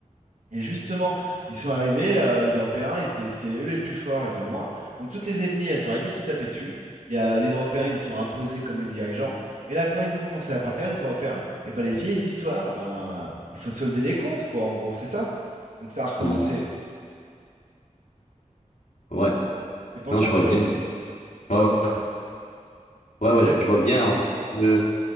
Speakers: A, on the right; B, on the left.
A: Et justement, ils sont arrivés, euh, les Européens, ils étaient, c'est eux les plus forts et de loin. Donc toutes les ethnies, elles sont arrêtées de se taper dessus. Il y a, les Européens, ils sont imposés comme les dirigeants. Et là, quand ils ont commencé à partir, les Européens, et ben les vieilles histoires, eh ben il faut solder les comptes, quoi, en gros, c'est ça. Donc ça a recommencé.
B: Hmm. Ouais.
A: C'est pour
B: non,
A: ça,
B: je vois
A: tu
B: bien.
A: vois.
B: Ouais,
A: Il y a,
B: ouais, ouais,
A: il y
B: ouais,
A: a pas...
B: je vois bien. En fait, le,